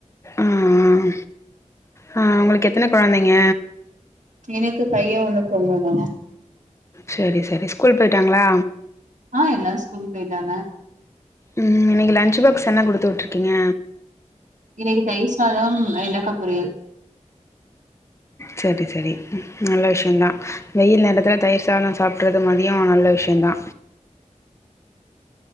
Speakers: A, on the left; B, on the right.
A: உம் உம் ஆ உங்களுக்கு எத்தன கொழந்தைங்க
B: எனக்கு பைய ஒன்னு பொண்ணு தா
A: சரி-சரி ஸ்கூல் போயிட்டாங்ளா
B: ஆ எல்லா ஸ்கூல் போயிட்டாங்க
A: உம் இன்னைக்கு லன்ச் பாக்ஸ் என்ன குடுத்து விட்டுருக்கீங்க
B: இன்னைக்கு தயிர் சாதம் வெண்டைக்கா பொரியல்
A: சரி சரி நல்ல விஷயோந்தா வெயில் நேரத்துல தயிர் சாதம் சாப்டுறது மதியோ நல்ல விஷயோந்தா